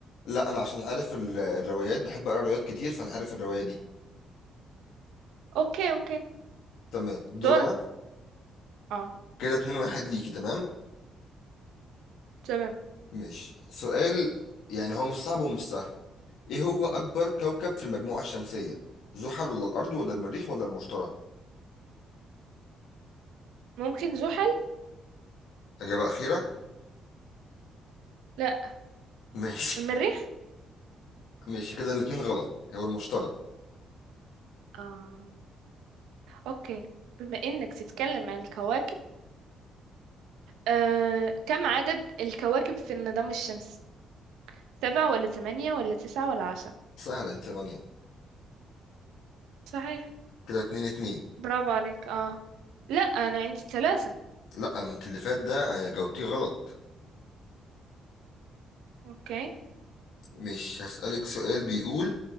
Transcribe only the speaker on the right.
أوكي أوكي
دورك
اه
تمام
ممكن زحل
لا
المريخ
اه أوكي بما إنك تتكلم عن الكواكب آه كم عدد الكواكب في النظام الشمسي سبعة ولا تمانية ولا تسعة ولا عشرة
صحيح
برافو عليك اه لا انا عندي الثلاثة
اوكي